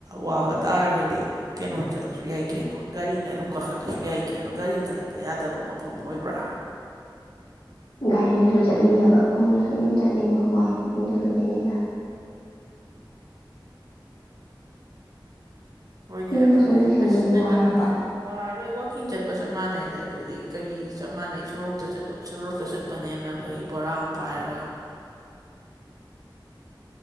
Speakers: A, on the right; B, on the left.
A: ꯋꯥꯕ ꯇꯥꯔꯒꯗꯤ ꯀꯩꯅꯣ ꯆꯠꯂꯁꯨ ꯌꯥꯏ ꯀꯩꯅꯣ ꯒꯥꯔꯤꯅ ꯑꯗꯨꯝ ꯀꯥꯈꯠꯂꯁꯨ ꯌꯥꯏ ꯀꯩꯅꯣ ꯒꯥꯔꯤ ꯀꯥꯈꯠꯄ ꯌꯥꯗꯕ ꯃꯐꯝ ꯑꯣꯏꯕ꯭ꯔꯥ
B: ꯒꯥꯔꯤꯅꯁꯨ ꯆꯠꯅꯤꯡꯗꯕ ꯈꯣꯡꯅ ꯁꯨꯝ ꯆꯠꯅꯤꯡꯕꯀꯣ ꯑꯗꯨꯒꯤꯅꯤꯗ
A: ꯍꯣꯏꯅꯦ
B: ꯌꯨꯝꯗ
A: ꯑꯗꯨꯗꯤ
B: ꯁꯨꯝ ꯂꯩꯁꯟꯕꯒꯤ
A: ꯑꯁ ꯅꯪ
B: ꯋꯥꯔꯛꯄ
A: ꯑꯗꯨꯗꯤ ꯋꯥꯔꯣꯏ ꯍꯀꯤꯡ ꯆꯠꯄ ꯆꯞ ꯃꯥꯟꯅꯩꯗ ꯑꯗꯨꯗꯤ ꯀꯔꯤ ꯆꯞ ꯃꯥꯟꯅꯩ ꯁꯣꯔꯣꯛꯇ ꯆꯠꯂꯣ ꯁꯣꯔꯣꯛꯇ ꯆꯠꯄꯅꯦꯅ ꯑꯩꯈꯣꯏ ꯕꯣꯔꯥ ꯄꯥꯝ ꯄꯥꯏꯔꯒ
B: <inaudible>